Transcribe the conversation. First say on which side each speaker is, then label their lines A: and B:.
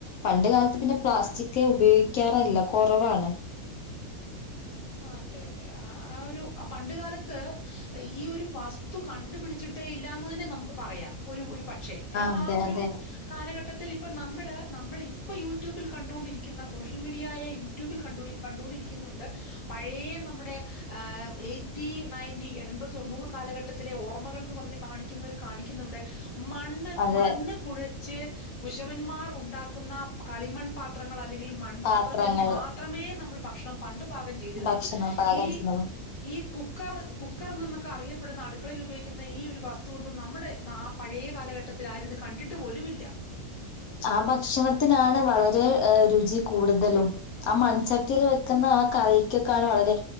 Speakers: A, on the left; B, on the left.
A: പണ്ട് കാലത്ത് പിന്നെ പ്ലാസ്റ്റിക് ഉപയോഗിക്കാറല്ല കൊറവാണ്
B: അതെ അതെ ആഹ് ആ ഒരു പണ്ട കാലത്ത് ത്ത് ഈ ഒരു വാസ് സ്തു കണ്ടുപടിച്ചിട്ടേ ഇല്ലാന്ന് തന്നെ നമുക്ക് പറയാ ഒരു രു പക്ഷേ
A: അതെ
B: ആ ഒരു
A: അതെ
B: കാലഘട്ടത്തി ത്തിൽ ഇപ്പ നമ്മള് നമ്മളെ ഇപ്പൊ യൂട്യൂബിൽ കണ്ടൊണ്ടിരിക്കുന്ന സോഷ്യൽ മീഡിയ ആയ യൂട്യൂബിൽ കണ്ട കണ്ടൊണ്ടിരിക്കുന്നുണ്ട് പഴയ നമ്മുടെ എയ്റ്റി നയൻറ്റിഎൺപത് തൊണ്ണൂറ് കാലഘട്ടത്തിലെ ഓർമ്മകൾ എന്ന് പറഞ്ഞ് കാണിക്കുന്നതിൽ കാണിക്കുന്നുണ്ട് മണ്ണ്
A: അതെ
B: മണ്ണ് കുഴ ച്ച് കുശവന്മാർ ഉണ്ടാക്കുന്ന കളിമൺ പാത്രങ്ങ ളിൽ മൺപാത്രങ്ങളിൽ
A: പാത്രങ്ങൾ
B: മാത്രമേ നമ്മൾ ഭ ക്ഷണം പണ്ട് പാ ചെയ്തിരുന്നുൾ
A: ഭക്ഷണം പാകം
B: ഈ
A: ചെയ്യുന്നത്
B: ഈ കു കുക്കർ കുക്കർ എന്നൊക്കെ അറിയപ്പെടുന്ന അടുക്കളൽ ഉപയോഗിക്കുന്ന ഈ ഒരു വസ്തുവൊന്നും നമ്മുടെ ആ പഴയ കാലഘട്ടത്തിൽ ആരി ഇത് കണ്ടിട്ട് പോലുമില്ല
A: ആ ഭക്ഷണത്തിനാണ് വളരെ രുചി കൂടുതലും ആ മൺചട്ടിയിൽ വെക്കുന്ന കക്കാണ് വളരെ